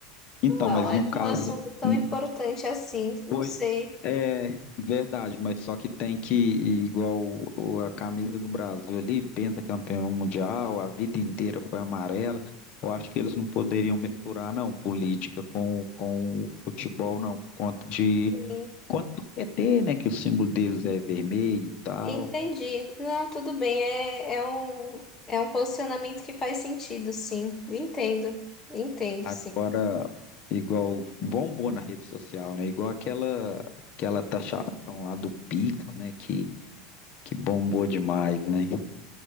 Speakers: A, on the left; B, on the left.
A: então,
B: Não
A: mas
B: é
A: no caso
B: um assunto tão
A: n-
B: importante assim, não
A: foi
B: sei.
A: é verdade, mas só que tem que igual o- a camisa do Brasil ali, pentacampeão mundial, a vida inteira foi amarela. Eu acho que eles não poderiam misturar não política com com futebol não, por conta de
B: Sim,
A: por conta do PT, né, que o símbolo deles é vermelho e tal.
B: Entendi. Não, tudo bem, é, é um, é um posicionamento que faz sentido, sim. Entendo, entendo,
A: Agora,
B: sim.
A: igual bombou na rede social, né? Igual aquela aquela taxação lá do Pix, né? Que, que bombou demais, né?